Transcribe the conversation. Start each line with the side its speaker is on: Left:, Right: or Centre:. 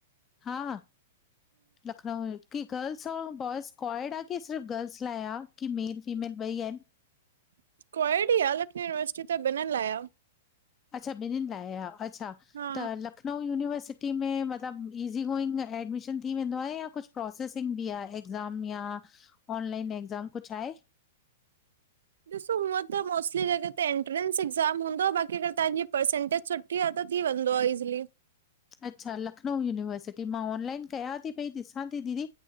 Left: हा, लखनऊ की गर्ल्स ऐं बवाएज़ <unintelligible> आ, कि सिर्फ गर्ल्स लाइ आ, की मेल फीमेल ॿई आहिनि?
Right: <unintelligible> ही आ लखनऊ यूनिवर्सिटी त ॿिन्नि लाइ आ
Left: अच्छा ॿिन्नि लाइ आ, अच्छा
Right: हा
Left: त लखनऊ यूनिवर्सिटी में मतलबु ई <unintelligible> एडमीशन थी वेंदो आहे, या कुझ प्रोसेसिंग बि एक्ज़ाम या ऑनलाइन एक्ज़ाम दम कुझु आहे
Right: ॾिसो, हूअं त मोस्टली जॻह ते एंट्रेंस एक्ज़ाम हूंदो आहे बाक़ी अगर तव्हांजी परसेंटेज सुठी आहे त थी वेंदो आहे, इज़ीली
Left: अच्छा लखनऊ यूनिवर्सिटी, मां ऑनलाइन कयां थी पई ॾिसां थी दीदी